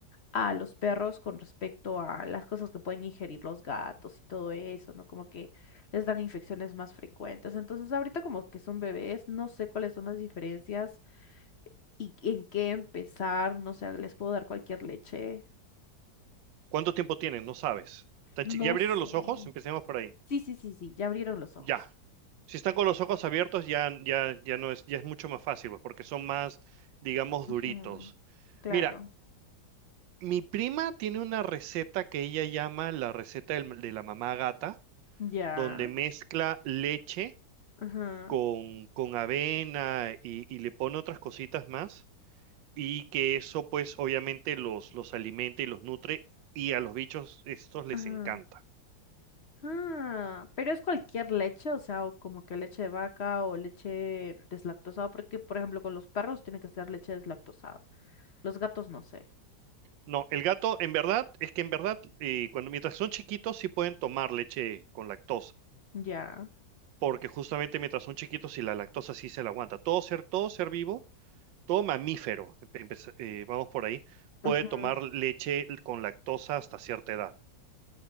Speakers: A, on the left; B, on the right.
A: a los perros con respecto a las cosas que pueden ingerir los gatos y todo eso, ¿no? Como que les dan infecciones más frecuentes. Entonces, ahorita como que son bebés, no sé cuáles son las diferencias y en qué empezar, no sé, les puedo dar cualquier leche.
B: ¿Cuánto tiempo tienen? No sabes. Tan
A: No
B: chi- ¿Ya abrieron
A: sé.
B: los ojos? Empecemos por ahí.
A: Sí, sí, sí, sí, ya abrieron los ojos.
B: Ya. Si están con los ojos abiertos, ya, ya, ya no es, ya es mucho más fácil, pues, porque son más, digamos,
A: Ujú,
B: duritos.
A: claro.
B: Mira, Mi prima tiene una receta que ella llama la receta del- de la mamá gata,
A: Ya.
B: donde mezcla leche
A: Ajá.
B: con, con avena y, y le pone otras cositas más, y que eso pues obviamente los, los alimenta y los nutre, y a los bichos estos les
A: Ajá.
B: encanta.
A: Ah, pero es cualquier leche, o sea, o como que leche de vaca o leche deslactosada, porque por ejemplo con los perros tiene que ser leche deslactosada. Los gatos no sé.
B: No, el gato en verdad, es que en verdad, eh, cuando mientras son chiquitos sí pueden tomar leche con lactosa,
A: Ya.
B: porque justamente mientras son chiquitos y la lactosa sí se la aguanta. Todo ser, todo ser vivo todo mamífero, empe- empe- eh, vamos por ahí, puede
A: Ujú,
B: tomar leche con lactosa hasta cierta edad,